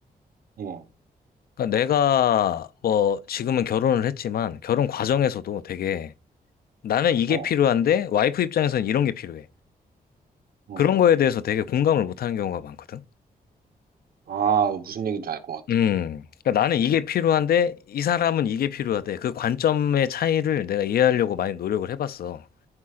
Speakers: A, on the right; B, on the left.
A: 어,
B: 그러니까 내가 뭐 지금은 결혼을 했지만 결혼 과정에서도 되게 나는 이게
A: 어,
B: 필요한데 와이프 입장에서는 이런 게 필요해.
A: 어.
B: 그런 거에 대해서 되게 공감을 못하는 경우가 많거든.
A: 아, 무슨 얘기인지 알 것 같아.
B: 음, 그러니까 나는 이게 필요한데 이 사람은 이게 필요하대. 그 관점의 차이를 내가 이해하려고 많이 노력을 해봤어.